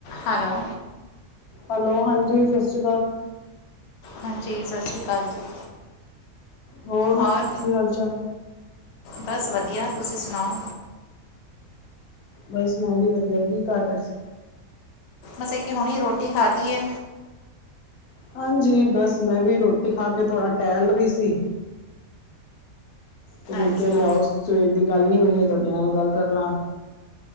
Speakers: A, on the left; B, on the left.
A: ਹੈਲੋ।
B: ਹੈਲੋ ਹਾਂਜੀ ਸਸਰੀ ਕਾਲ।
A: ਹਾਂਜੀ ਸਸਰੀ ਕਾਲ ਜੀ।
B: ਹੋਰ
A: ਔਰ
B: ਕੀ ਹਾਲ ਚਾਲ?
A: ਬਸ ਵਧੀਆ ਤੁਸੀਂ ਸੁਣਾਓ?
B: ਬਸ ਮੈਂ ਵੀ ਵਧੀਆ ਕੀ ਕਰ ਰੇ ਸੀ?
A: ਅਸਾ ਕੀ ਹੁਣੀ ਰੋਟੀ ਖਾਧੀ ਐ।
B: ਹਾਂਜੀ ਬਸ ਮੈਂ ਵੀ ਰੋਟੀ ਖਾ ਕੇ ਥੋੜ ਟੈਲ ਰਈ ਸੀ। ਤੇ ਮੈਂ
A: ਅੱਛਾ
B: ਕੇਆ ਲੇਆਓ ਸਵੇਰ ਦੀ ਗੱਲ ਨੀ ਹੋਈ ਐ ਧੁਡੇ ਨਾਲ ਗੱਲ ਕਰ ਲਾਂ।